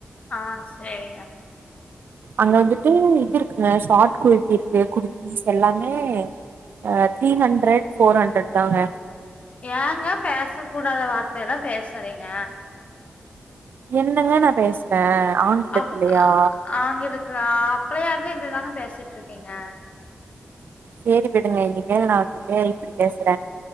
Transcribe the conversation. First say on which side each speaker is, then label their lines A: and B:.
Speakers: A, on the left; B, on the right.
A: ஆ சேரிங்க
B: அங்க வந்துட்டு இது இருக்குங்க ஷாட் குர்த்தி இருக்கு குர்த்தீஸ் எல்லாமே அ த்ரீ ஹண்ட்ரட் ஃபோர்ஹண்ட்ரட் தாங்க
A: ஏங்க பேச கூடாத வார்த்த எல்லா பேசறீங்க
B: என்னங்க நா பேசற ஆங்கிலத்திலயா
A: அப் ஆ ஆங்கிலத்துல அ அப்பலயிந்து இதுதாங்க பேசிட்ருக்கீங்க
B: சேரி விடுங்க இனிமேல் நா வந்துட்டு இப்டி பேசற